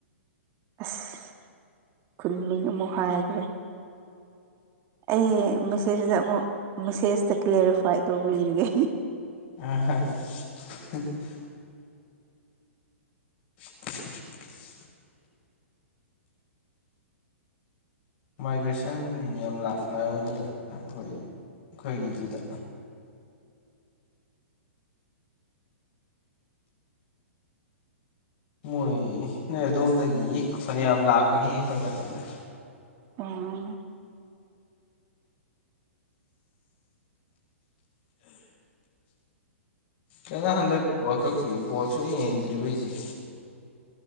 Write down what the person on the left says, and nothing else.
<unintelligible> <inaudible> ꯃꯥꯏꯒ꯭ꯔꯦꯁꯟ ꯌꯥꯝ ꯂꯥꯛꯅꯕꯅꯦꯕ ꯑꯩꯈꯣꯏ ꯑꯩꯈꯣꯏꯒꯤꯗꯨꯗ ꯃꯣꯏ ꯅꯣꯏ ꯑꯗꯣꯝꯗꯒꯤ ꯐꯅꯌꯥꯝ ꯂꯥꯛꯄꯅꯤ ꯑꯩꯈꯣꯏ ꯃꯇꯝꯗ
ꯀꯩꯅ ꯍꯟꯗꯛ ꯋꯥꯜꯀꯛꯀꯤ ꯕꯣꯜ ꯁꯨꯡꯌꯦꯡ ꯌꯦꯡꯗ꯭ꯔꯤꯕ ꯍꯥꯏꯁꯦ